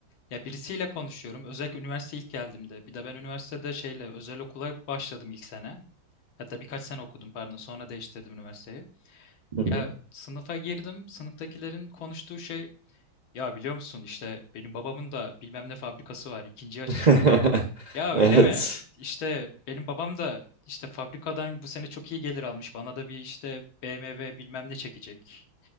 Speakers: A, on the left; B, on the right.
A: Ya birisiyle konuşuyorum. Özellikle üniversite ilk geldiğimde. Bir de ben üniversitede şeyle özel okula başladım ilk sene. Hatta birkaç sene okudum pardon. Sonra değiştirdim üniversiteyi.
B: Hı hı.
A: Ya sınıfa girdim. Sınıftakilerin konuştuğu şey ya biliyor musun işte benim babamın da bilmem ne fabrikası var ikinciyi açacak.
B: <laughs>
A: Ya
B: Evet.
A: öyle mi? İşte benim babam da işte fabrikadan bu sene çok iyi gelir almış. Bana da bir işte BMW bilmem ne çekecek.